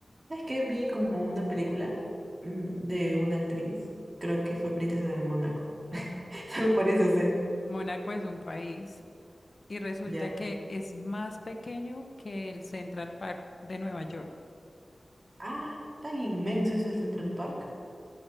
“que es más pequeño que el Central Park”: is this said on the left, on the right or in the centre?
Left